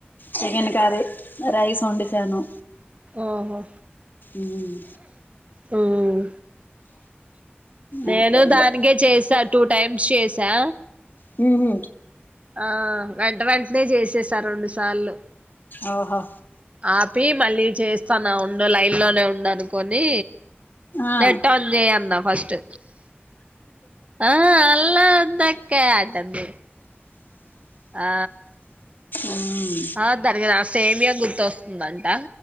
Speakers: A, on the left; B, on the right.
A: సెగెన్ కరీ రైస్ వొండేసాను
B: ఓహో
A: ఉమ్
B: హ్మ్ నేను
A: అయిపోయింది
B: దానికే చేసా టూ టైమ్స్ చేసా
A: హ్మ్ హు
B: ఆ వెంట వెంటనే జేసేసా రెండు సార్లు
A: ఓహో
B: ఆపి మళ్ళీ చేస్తాన్నా ఉండు లైన్లోనే ఉండు అనుకొనీ
A: ఆ
B: నెట్ ఆన్ జెయ్ అన్నాం ఫస్ట్ ఆ అల్లా దక్కయ్య అంటాంది ఆ
A: ఉమ్
B: ఆ తరిగ నా సేమియా గుర్తొస్తుందంట